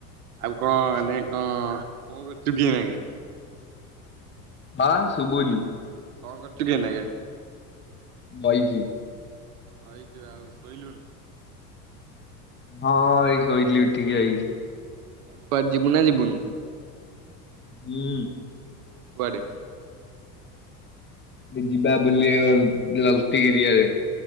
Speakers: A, on the right (about 65°); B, on the left (about 25°).
A: ଆଉ କଣ ମାନେ କଣ କଣ କରୁଛୁ କି ଏଇନେ କି।
B: ବାଁସ ସୁବୁନି।
A: କଣ କରୁଛୁ କି ଏଇନା କେ।
B: ବଇଛି।
A: ବଇଛୁ ଆଉ ଶୋଇଲୁନି?
B: ହଁ ଏଇ ଶୋଇଥିଲି ଉଠିକି ଆଇଲି।
A: କୁଆଡେ ଯିବୁ ନା ଯିବୁନୁ?
B: ହୁଁ।
A: କୁଆଡେ?
B: ଯିବା ବୁଲିଆକୁ ଗଲତି ଏରିଆରେ।